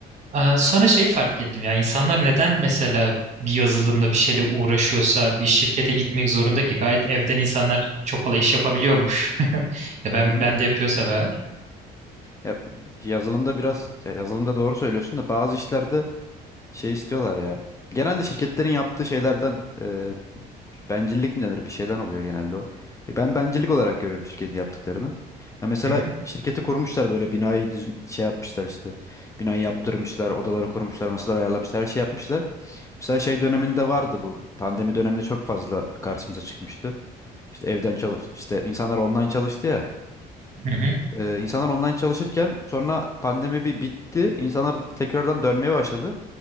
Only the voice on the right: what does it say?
Aa, Sonra şey fark ettim ya insanlar neden mesela bir yazılımla bir şeyle uğraşıyorsa bir şirkete gitmek zorunda ki gayet evden insanlar çok kolay iş yapabiliyormuş. <laughs> Ya ben
ben de yapıyorsa eğer.
Hı hı,
hı hı,